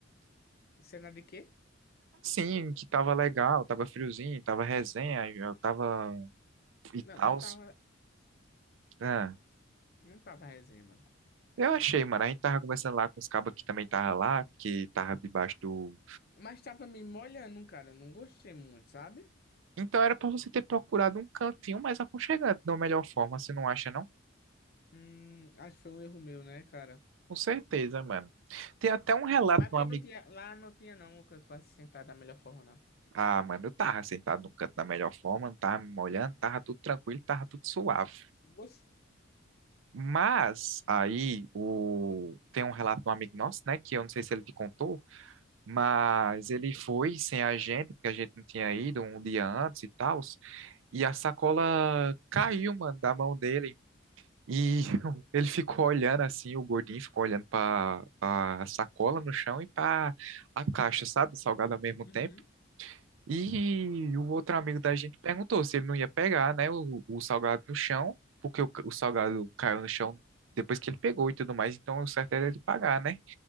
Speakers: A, on the left (about 50°); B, on the right (about 75°).
A: Cena de quê?
B: Sim, que tava legal, tava friozinho, tava resenha, eu tava e
A: Não,
B: tal.
A: não tava,
B: Ah,
A: não tava resenha, mano.
B: eu achei, mano. A gente tava conversando lá com os cabos que também tava lá, porque tava debaixo do.
A: Mas tava me molhando, cara. Eu Não gostei muito, sabe?
B: Então era pra você ter procurado um cantinho mais aconchegante, da melhor forma, você não acha, não?
A: Hum, acho que foi um erro meu, né, cara?
B: Com certeza, mano. Tem até um relato
A: Mas
B: de
A: porque
B: um amigo.
A: não tinha, lá não tinha não o canto pra se sentar da melhor forma, não.
B: Ah, mano, eu tava sentado num canto da melhor forma, não tava me molhando, tava tudo tranquilo, tava tudo suave.
A: Você...
B: Mas aí o... tem um relato de um amigo nosso, né? Que eu não sei se ele te contou, mas ele foi sem a gente, porque a gente não tinha ido um dia antes e tal. E a sacola caiu, mano, da mão dele. E <laughs> ele ficou olhando assim, o gordinho ficou olhando para a sacola no chão e para a caixa, sabe, salgado ao mesmo
A: Uhum,
B: tempo. E o outro amigo da gente perguntou se ele não ia pegar, né, o, o salgado no chão, porque o, o salgado caiu no chão depois que ele pegou e tudo mais, então o certo era ele pagar, né?